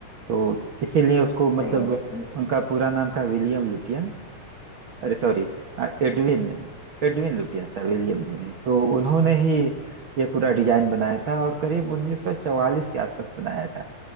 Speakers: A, on the right (about 55°); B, on the left (about 50°).
A: तो इसीलिए उसको मतलब
B: सही है सही है।
A: उनका पूरा नाम था विलियम लुटियंस अरे सॉरी एडविन एडविन लुटियंस था विलियम नहीं तो उन्होंने ही ये पूरा डिजाइन बनाया था और करीब 1944 के आसपास बनाया था